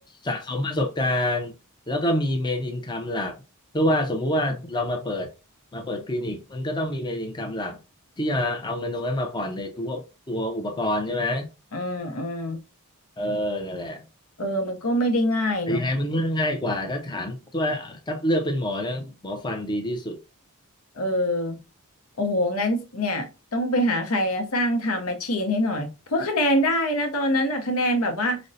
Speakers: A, on the left; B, on the left.
A: สะสมประสบการณ์แล้วก็มีเมนอินคัมหลักเพราะว่าสมมุติว่าเรามาเปิดมาเปิดคลินิกมันก็ต้องมีเมนอินคัมหลักที่จะเอาเงินตรงนั้นมาผ่อนในตัวตัวอุปกรณ์ใช่ไหม
B: อืมอืม
A: เออนั่นแหละ
B: เออมันก็ไม่ได้ง่ายเนาะ
A: แต่ยังไงมันก็ง่ายกว่าถ้าถามตัวถ้าเลือกเป็นหมอนะหมอฟันดีที่สุด
B: เออ โอ้โหงั้นเนี่ยต้องไปหาใครอะสร้างไทม์แมชชีนให้หน่อยเพราะคะแนนได้นะตอนนั้นอะคะแนนแบบว่า